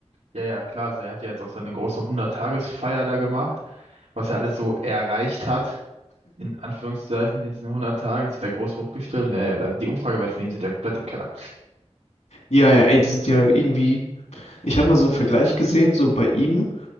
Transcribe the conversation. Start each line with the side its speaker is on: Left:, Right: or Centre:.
Right: ja, ja, klar. Also er hat ja jetzt auch seine große 100 feier da gemacht, was er alles so erreicht hat, in Anführungszeichen, in diesen 100 Tagen, sich da groß hochgestellt. Naja, ja, da- die Umfragewerte von ihm sind ja komplett im Keller.
Left: Ja, ja, ey, die sind ja irgendwie, ich habe mal so einen Vergleich gesehen, so bei ihm